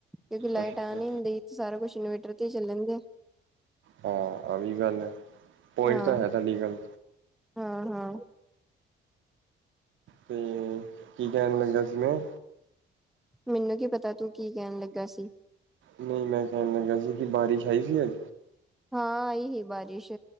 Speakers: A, in the centre; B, on the right.
A: ਕਿਉਂਕਿ ਲਾਈਟ
B: ਅੱਛਾ
A: ਆਉਣ ਹੀ ਨਹੀਂ ਦਈ ਤੇ ਸਾਰਾ ਕੁਛ ਇਨਵੇਟਰ ਤੇ ਹੀ ਚੱਲਣਗੇ।
B: ਹਾਂ ਆਵੀ ਗੱਲ ਐ ਪੁਆਇੰਟ
A: ਹਾਂ
B: ਤਾਂ ਹੈ ਤੁਹਾਡੀ ਗੱਲ
A: ਹਾਂ ਹਾਂ
B: ਤੇ ਕੀ ਕਹਿਣ ਲੱਗਾ ਸੀ ਮੈਂ
A: ਮੈਨੂੰ ਕੀ ਪਤਾ ਤੂੰ ਕੀ ਕਹਿਣ ਲੱਗਾ ਸੀ?
B: ਨਹੀਂ ਮੈਂ ਕਹਿਣ ਲੱਗਾ ਸੀ ਕਿ ਬਾਰਿਸ਼ ਆਈ ਸੀ ਅੱਜ?
A: ਹਾਂ ਆਈ ਸੀ ਬਾਰਿਸ਼